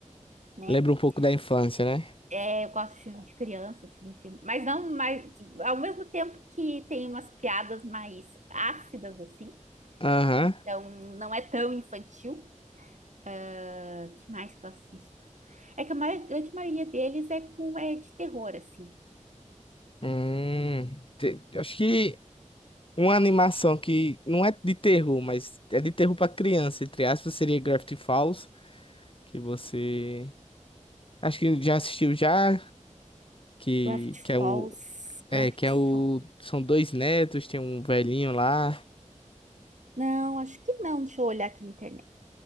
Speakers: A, on the right (about 65°); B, on the left (about 45°).
A: né?
B: lembra um pouco
A: Esses
B: da infância, né?
A: É, eu gosto de filme de criança, assim, filme- mas não, mas tipo, ao mesmo tempo que tem umas piadas mais ácidas, assim,
B: Aham.
A: então não é tão infantil. Ah, que mais que eu assisto? É que a maior, grande maioria deles é com é de terror, assim.
B: Hum, te- acho que uma animação que não é de terror, mas é de terror pra criança, entre aspas, seria Gravity Falls, que você acho que já assistiu já, que
A: Gravity
B: que é
A: Falls,
B: o
A: Gravity
B: é que é
A: Falls.
B: o são dois netos, tem um velhinho lá.
A: Não, acho que não. Deixa eu olhar aqui na internet.